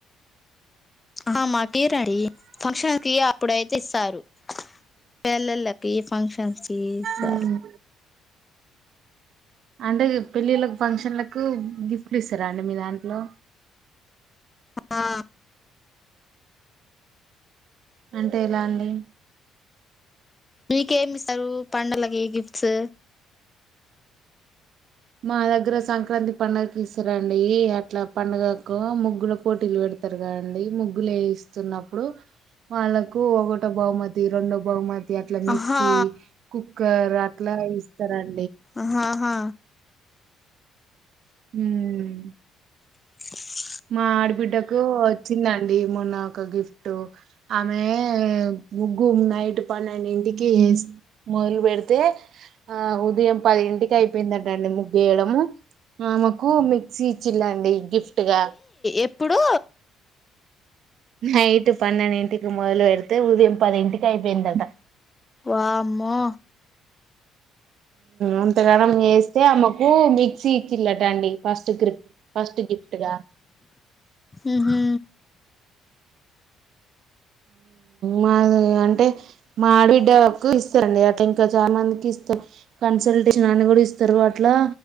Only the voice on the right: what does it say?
ఉమ్, అంటే పెళ్ళిళ్ళలకు, ఫంక్షన్లకు గిఫ్ట్లు ఇస్తారా అండి మీ దాంట్లో
అంటే ఎలా అండి
మా దగ్గర సంక్రాంతి పండుగకు ఇస్తారండి అట్లా పండుగకు ముగ్గుల పోటీలు పెడతారు కదండి ముగ్గులు ఏస్తున్నప్పుడు వాళ్ళకు ఒకటో బహుమతి రెండో బహుమతి అట్ల మిక్సీ,
కుక్కర్ అట్లా ఇస్తారండి
మ్మ్ హ్మ్
మా ఆడబిడ్డకు వచ్చిందండి మొన్న ఒక గిఫ్ట్ ఆమె ముగ్గు నైట్ ట్ పన్నెండింటికి ఏస్ మొదలు పెడితే ఆ ఉదయం పది ఇంటికి అయిపోయిందటండి ముగ్గేయడం ఆమెకు మిక్సీ ఇచ్చి చ్చిండండీ గిఫ్ట్ గా
నైట్ పన్నెండంటికి మొదలు పెడితే ఉదయం పదింటికి అయిపోయిందట
అంతగానం తే ఆమకు మిక్సి ఇచి రండి ఫస్ట్ గిఫ్ట్ గా ఫస్ట్ గిఫట్గా
మా అంటే మా ఆడ బిడ్డకు ఇస్తారంండి అట్లా ఇంకా చాలా మందికి ఇస్తారు కన్సల్టేషన్ అన్ని కూడా ఇస్తారు అట్లా